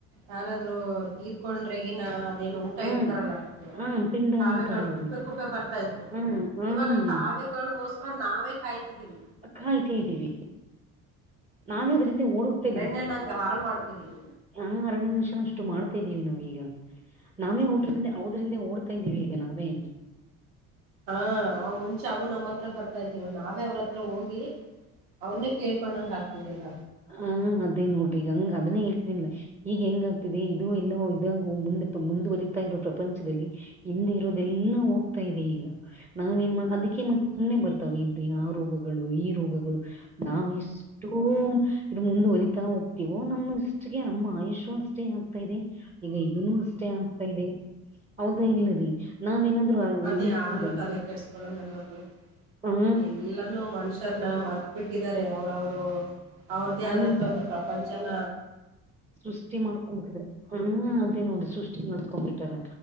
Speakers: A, on the right; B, on the right.
A: ಯಾರಾದ್ರೂ ತೀರ್ಕೊಂಡ್ರಗಿನ ಅದೇನೋ ಊಟ
B: ಹ
A: ಇಡ್ತಾರಲ್ಲ ಅದಕ್ಕೆ
B: ಹ ಪಿಂಡ
A: ಕಾಗೆಗಳು
B: ಅಂತಾರಲ್ರಿ
A: ಕುಪ್ಪೆ ಕುಪ್ಪೆ ಬರ್ತಾ ಇದ್ವು
B: ಹ ಹ
A: ಇವಾಗ ಕಾಗೆ. ಗಳಿಗೋಸ್ಕರ ನಾವೇ ಕಾಯ್ತಿದ್ದೀವಿ.
B: ಕಾಯ್ತಾ ಇದೀವಿ ನಾವೇ ಅದರಿಂದೆ ಓಡ ಹೋಗ್ತಾ ಇದಿವಿ.
A: ನಂಗ ಹಾಳ್ ಮಾಡ್ತಿದ್ದೀವಿ.
B: <unintelligible> ನಿಮಿಷ ಅಷ್ಟು ಮಾಡ್ತಾ ಇದ್ದೀವಿ ನಾವೀಗ ನಾವೇ. ಅದ್ರಿಂದ ಅವದ್ರಿಂದೆ ಓಡ್ತಾ ಇದೀವಿ ಈಗ ನಾವೇ.
A: ಹ ಅವ್ ಮುಂಚೆ ಅವು ನಮ್ಮತ್ರ ಬರ್ತಾ ಇದ್ದೀವ ನಾವೇ ಅವ್ರ ಹತ್ರ ಹೋಗಿ. ಅವ್ರನ್ನೆ ಕೇಳ್ಕೊಂಡಂಗ ಆಗ್ತಿದೆಲ್ಲ.
B: ಹ ಅದೇ ನೋಡ್ರಿ ಈಗ ಹಂಗ ಅದನ್ನೇ ಹೇಳ್ತಿದನಲ್ಲ. ಈಗ ಹೆಂಗ ಆಗ್ತಿದೆ ಇದು ಎಲ್ಲವ ಇದಾಗ ಮುಂದ ಮುಂದುವರಿತಾ ಇರೋ ಇರೋ ಪ್ರಪಂಚದಲ್ಲಿ. ಹಿಂದೆ ಇರೋದೆಲ್ಲಾ ಹೋಗ್ತಾ ಇದೆ ಈಗ. ನಾವೇನ್ ಮಾ ಅದಕ್ಕೆ ಮತ್ತೆ ಸುಮ್ಮ್ನೆ ಬರ್ತಾವೇನ್ರಿ ಆ ರೋಗಗಳು ಈ ರೋಗಗಳು. ನಾವ ಎಷ್ಟೋ ಇದ ಮುಂದುವರಿತಾ ಹೋಗ್ತಿವೋ ನಮ ಇಷ್ಟಿಗೆ ನಮ್ಮ ಆಯುಷ್ಯ ಅಷ್ಟೇ ಆಗ್ತಾ ಇದೆ. ಈಗ ಇದನ್ನು ಅಷ್ಟೇ ಆಗ್ತಾ ಇದೆ ಹೌದಾ ಇಲ್ಲರಿ ನಾವೇನಾದ್ರು
A: ಅದ
B: ಉಳ್ಸ್ಕೊಂಡ್
A: ಯಾರು
B: ಬಂದ್ರೆ
A: ತಲೆ ಕೆಡ್ಸ್ಕೊಳಲ್ಲ ನೋಡ್ರಿ
B: ಹಾ
A: ಇಲ್ಲಿ ಎಲ್ಲಾನೂ ಮನುಷ್ಯರನ್ನ ಮರ್ತ್ ಬಿಟ್ಟಿದ್ದಾರೆ ಅವ್ರವರು ಅವ್ರ್ದೇ ಆದಂತ
B: ಹಾ
A: ಒಂದು ಪ್ರಪಂಚನ.
B: ಸೃಷ್ಟಿ ಮಾಡ್ಕೊಂಡ ಬಿಟ್ಟಿದಾರೆ ಹ ಅದೇ ನೋಡಿ ಸೃಷ್ಟಿ ಮಾಡ್ಕೊಂಡ್ ಬಿಟ್ಟಾರ